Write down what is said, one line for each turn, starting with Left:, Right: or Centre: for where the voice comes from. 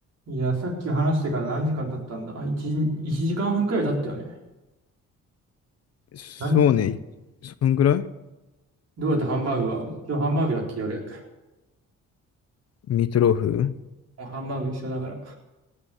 Right: いや、さっき話してから何時間経ったんだあ、1、一時間半くらい経ったよね。
Left: そうね。
Right: なん
Left: そんぐらい
Right: どうやってハンバーグは今日ハンバーグだっけ夜。
Left: ミートローフ
Right: もうハンバーグ一緒だから。